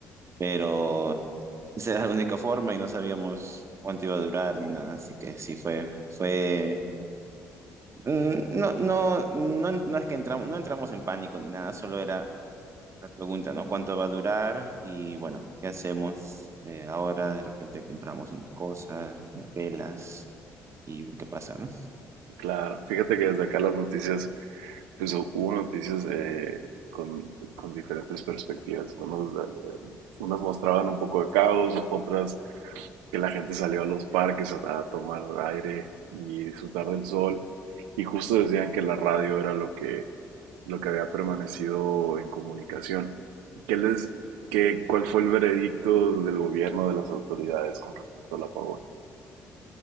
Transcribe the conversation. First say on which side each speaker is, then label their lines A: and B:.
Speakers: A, on the right (about 40°); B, on the right (about 80°).
A: pero esa era la única forma y no sabíamos cuánto iba a durar ni nada, así que sí fue, fue, mm, no, no, no, no es que entramos, no entramos en pánico ni nada, solo era la pregunta, ¿no? ¿Cuánto va a durar? Y bueno, ¿qué hacemos eh, ahora? De repente compramos unas cosas, unas velas y qué pasa, ¿no?
B: Claro, fíjate que desde acá las noticias, pues hu- hubo noticias eh, con, con diferentes perspectivas. Unos, eh, unas mostraban un poco de caos, otras que la gente salió a los parques a, a tomar aire y disfrutar del sol. Y justo decían que la radio era lo que, lo que había permanecido en comunicación. ¿Qué les, qué, cuál fue el veredicto del gobierno, de las autoridades con respecto al apagón?